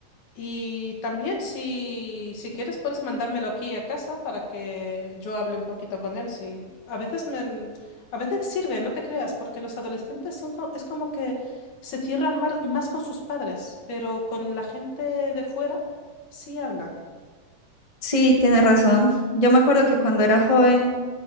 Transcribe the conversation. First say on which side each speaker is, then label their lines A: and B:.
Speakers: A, on the left; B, on the left.
A: Y también si, si quieres puedes mandármelo aquí a casa para que yo hable un poquito con él. Sí. A veces me, a veces sirve, no te creas, porque los adolescentes son, co- es como que se cierran mar- más con sus padres, pero con la gente de fuera sí hablan.
B: Sí, tiene razón. Yo me acuerdo que cuando era joven